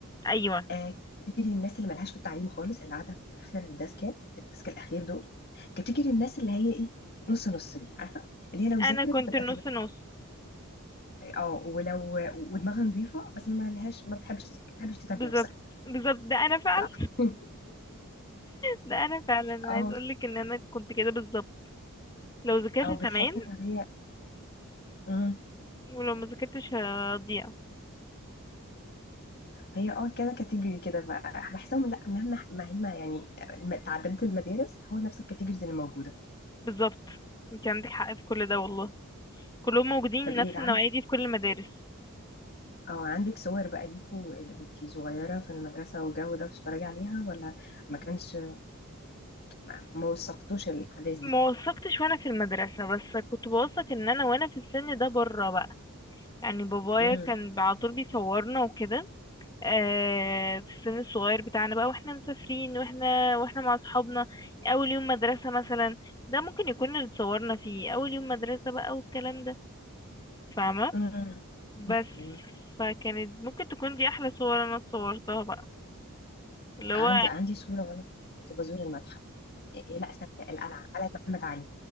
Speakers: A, on the left (about 20°); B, on the left (about 50°).
A: أيوة
B: آه كاتيجوري الناس اللي ملهاش في التعليم خالص اللي قاعده في اخر الديسكات الديسك الاخير دول كاتيجوري الناس اللي هي ايه نص نص دي عارفه اللي هي لو ذاكرت
A: أنا كنت
B: هتبقى
A: نص
B: تمام
A: نص
B: اه ولو ودماغها نظيفه بس ما لهاش ما بتحبش تذاكر ما بتحبش تتعب
A: بالظبط
B: نفسها
A: بالظبط ده أنا فعلا
B: صح <laughs>
A: ده أنا فعلا
B: اه
A: عايز أقولك إن أنا كنت كده بالظبط لو ذاكرت
B: او بتحس
A: تمام
B: ان هي مم.
A: ولو ما ذاكرتش هضيع
B: هي اه كده كاتيجوري كده بقى بحسهم لا مهما مهما يعني تعددت المدارس هو نفس الكاتيجوريز اللي موجوده
A: بالظبط انت عندك حق في كل ده والله كلهم موجودين
B: طب
A: نفس
B: ايه العام
A: النوعية دي في كل المدارس
B: اه عندك صور بقى ليكوا اللي كنتي صغيرة في المدرسة والجو ده بتتفرجي عليها ولا ما كانش ما ما وثقتوش الأحداث دي
A: ما وثقتش وانا في المدرسة بس كنت بوثق ان انا وانا في السن ده بره بقى يعني بابايا
B: امم
A: كان على طول بيصورنا وكده آه في السن الصغير بتاعنا بقى واحنا مسافرين واحنا واحنا مع اصحابنا اول يوم مدرسة مثلا ده ممكن يكون اللي اتصورنا فيه اول يوم مدرسة بقى والكلام ده فاهمة
B: امم
A: بس
B: أيوة.
A: فكانت ممكن تكون دي احلى صور انا اتصورتها بقى اللي هو
B: عندي عندي صورة وأنا كنت بزور المتحف إيه إيه، لا استنى القلعة قلعة محمد علي